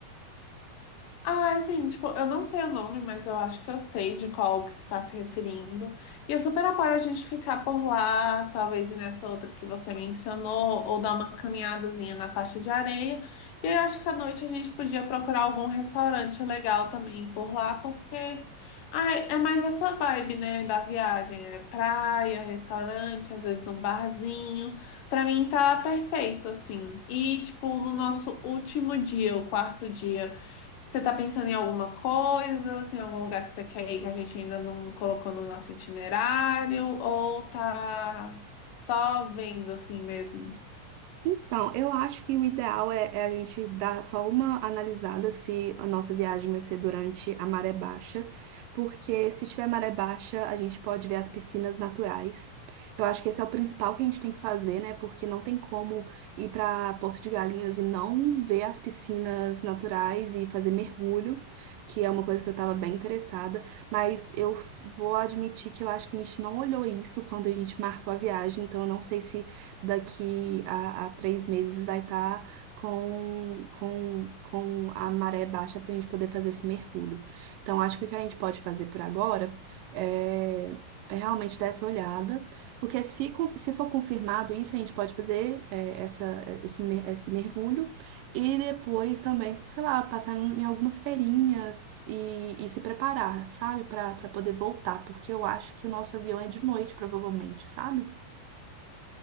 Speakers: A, on the left; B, on the right.
A: Ah, é assim, tipo, eu não sei o nome, mas eu acho que eu sei de qual que você está se referindo. E eu super apoio a gente ficar por lá, talvez ir nessa outra que você mencionou, ou dar uma caminhadazinha na faixa de areia. E eu acho que à noite a gente podia procurar algum restaurante legal também por lá, porque ah, é mais essa vibe, né, da viagem. É praia, restaurante, às vezes um barzinho. Pra mim tá perfeito, assim. E, tipo, no nosso último dia, o quarto dia. Você tá pensando em alguma coisa? Tem algum lugar que você quer ir que a gente ainda não colocou no nosso itinerário? Ou tá só vendo assim mesmo?
B: Então, eu acho que o ideal é, é a gente dar só uma analisada se a nossa viagem vai ser durante a maré baixa, porque se tiver maré baixa, a gente pode ver as piscinas naturais. Eu acho que esse é o principal que a gente tem que fazer, né? Porque não tem como ir para Porto de Galinhas e não ver as piscinas naturais e fazer mergulho, que é uma coisa que eu estava bem interessada. Mas eu f- vou admitir que eu acho que a gente não olhou isso quando a gente marcou a viagem, então eu não sei se daqui a, a três meses vai estar com, com, com a maré baixa para a gente poder fazer esse mergulho. Então, acho que o que a gente pode fazer por agora é, é realmente dar essa olhada, porque se, con- se for confirmado isso, a gente pode fazer é, essa, esse, mer- esse mergulho e depois também, sei lá, passar em algumas feirinhas e, e se preparar, sabe, para para poder voltar, porque eu acho que o nosso avião é de noite, provavelmente, sabe?